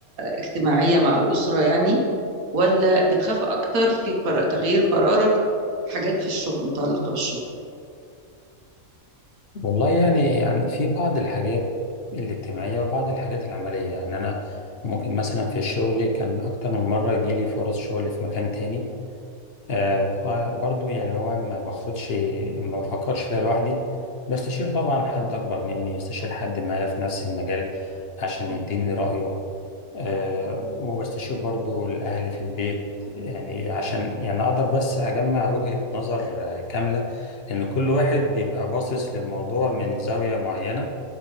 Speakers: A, on the right (about 70°); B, on the left (about 50°).
A: اجتماعية مع الأسرة يعني ولا بتخاف أكتر في قرار تغيير قرارك في حاجات في الشغل متعلقة بالشغل
B: والله يعني يعني في بعض الحاجات الاجتماعية وبعض الحاجات العملية يعني أنا ممكن مثلا في الشغل كان أكتر من مرة يجيلي فرص شغل في مكان تاني آه، فبرضه يعني اللي هو ما باخدش ما بفكرش فيها لوحدي بستشير طبعا حد أكبر مني بستشير حد معايا في نفس المجال عشان
A: مم.
B: يديني رأيه آه، وبستشير برضه الأهل في البيت يعني عشان يعني أقدر بس أجمع وجهة نظر آه، كاملة لأن كل واحد بيبقى باصص للموضوع من زاوية معينة